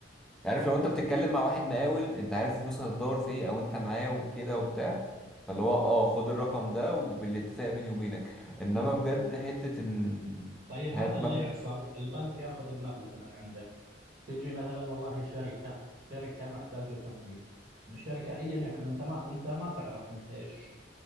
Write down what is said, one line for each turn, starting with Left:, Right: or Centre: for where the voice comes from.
Centre: يعني عارف لو انت بتتكلم مع واحد مقاول انت عارف فلوسها هتدور في ايه او انت معاه وكده وبتاع فاللي هو اه خد الرقم ده وبالاتفاق بيني وبينك انما بجد حتة ان
Right: طيب
Centre: هات
Right: هذا اللي
Centre: مبلغ
Right: يحصل البنك ياخذ المبلغ من عندك تجي مثلا والله شركه شركه محتاجه تمويل من الشركه ايا يكن انت ما انت ما تعرف انت ايش